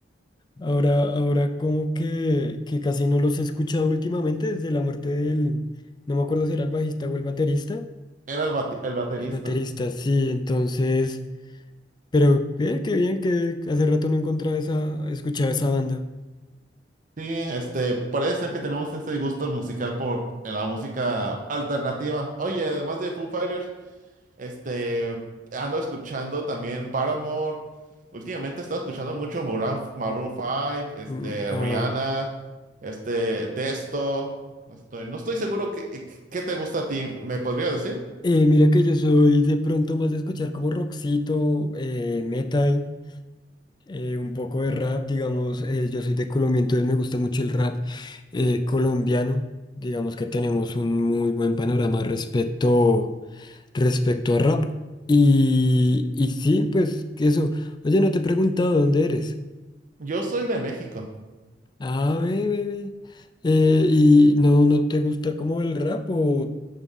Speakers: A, on the left; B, on the right.
A: Ahora, ahora como que, que casi no los he escuchado últimamente desde la muerte del... No me acuerdo si era el bajista o el baterista.
B: era el, bati- el baterista.
A: El baterista, sí, entonces... Pero eh, qué bien que hace rato no encontraba esa... escuchaba esa banda.
B: Sí, este, parece ser que tenemos ese gusto musical por la música alternativa. Oye, además de Foo Fighters, este, ando escuchando también Paramore. Últimamente he estado escuchando mucho Maroon, Maroon 5, este,
A: Mm, ah,
B: Rihanna, este, Testo. Estoy, no estoy seguro qué, qué te gusta a ti, ¿me podrías decir?
A: eh, mira que yo soy de pronto más de escuchar como rockcito, eh, metal. eh, un poco de rap, digamos, eh, yo soy de Colombia, entonces me gusta mucho el rap eh, colombiano. Digamos que tenemos un muy buen panorama respecto, respecto a rap. Y, y sí, pues que eso. Oye, no te he preguntado dónde eres.
B: Yo soy de México.
A: Ah, ve, ve, ve. Eh, ¿y no, no te gusta como el rap o